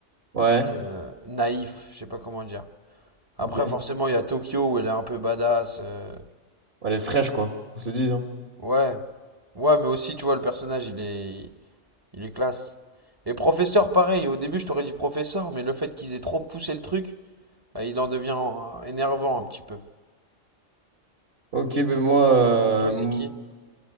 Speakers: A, on the right (about 55°); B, on the right (about 20°).
A: Ouais,
B: euh, naïf, je sais pas comment dire. Après,
A: ok.
B: forcément, il y a Tokyo où elle est un peu badass. euh,
A: Elle est fraîche, quoi. On se le dise, hein.
B: Ouais. Ouais, mais aussi, tu vois, le personnage, il est... il est classe. Et professeur, pareil. Au début, je t'aurais dit professeur, mais le fait qu'ils aient trop poussé le truc, bah, il en devient euh, énervant un petit peu.
A: Ok, ben moi. euh,
B: Toi,
A: m-
B: c'est qui?